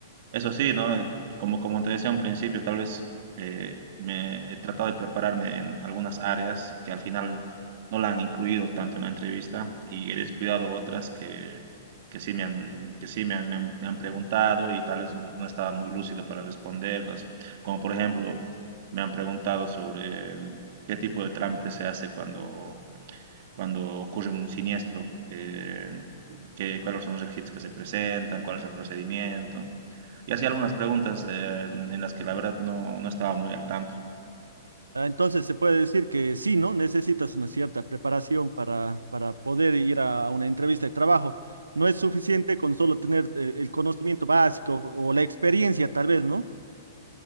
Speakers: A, on the right; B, on the right.
A: Eso sí, ¿no? Como, como te decía un principio, tal vez eh, me he tratado de prepararme en algunas áreas que al final no la han incluido tanto en la entrevista y he descuidado otras que, que sí me han, que sí me han, me han- me han preguntado y tal vez no estaba muy lúcido para responderlas. Como por ejemplo, me han preguntado sobre mm, qué tipo de trámite se hace cuando, cuando ocurre un siniestro, eh, qué- cuáles son los requisitos que se presentan, cuál es el procedimiento y hacía algunas preguntas eh, en, en las que la verdad no, no estaba muy al tanto.
B: Ah, Entonces se puede decir que sí, ¿no? Necesitas una cierta preparación para, para poder ir a una entrevista de trabajo. No es suficiente con solo tener eh, el conocimiento básico o la experiencia, tal vez, ¿no?